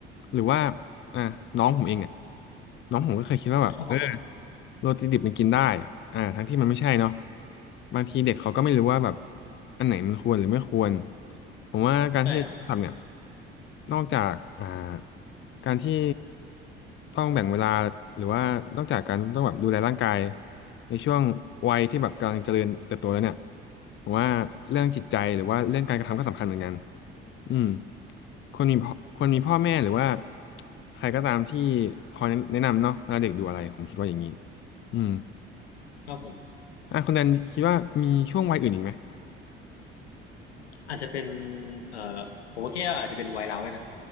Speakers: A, on the left (about 40°); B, on the left (about 85°).
A: หรือว่าอ่ะน้องผมเองเนี่ยน้องผมก็เคยคิดว่าแบบเอ
B: ครับผม
A: โรตีดิบมันกินได้อ่าทั้งที่มันไม่ใช่เนาะบางทีเด็กเขาก็ไม่รู้ว่าแบบอันไหนมันควรหรือไม่ควรผมว่าการที่ใช้ศัพท์เนี่ย
B: ใช่ครับ
A: นอกจากอ่าการที่ต้องแบ่งเวลา หรือว่านอกจากการต้องแบบดูแลร่างกายในช่วงวัยที่แบบกำลังเจริญเติบโตแล้วเนี่ย ผมว่าเรื่องจิตใจหรือว่าเรื่องการกระทำก็สำคัญเหมือนกันอืมคนมีพ่อคนมีพ่อแม่หรือว่าใครก็ตามที่คอยแนะนำเนาะเวลาเด็กดูอะไรผมคิดว่าอย่างนี้ อืม
B: ครับผม
A: อ่ะคุณแดนคิดว่ามีช่วงวัยอื่นอีกไหม
B: อาจจะเป็นเอ่อผมว่าแค่อาจจะเป็นวัยเราด้วยนะ